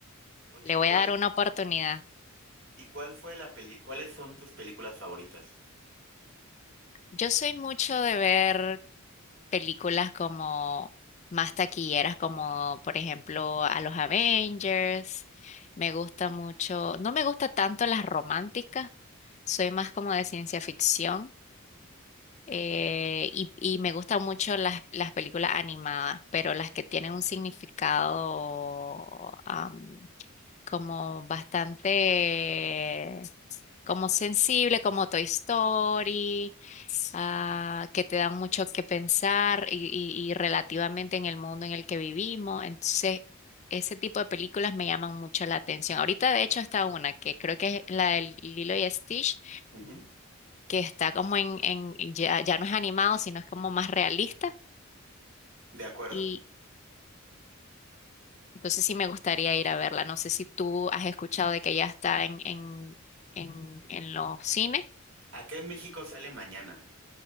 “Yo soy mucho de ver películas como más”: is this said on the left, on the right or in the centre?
Left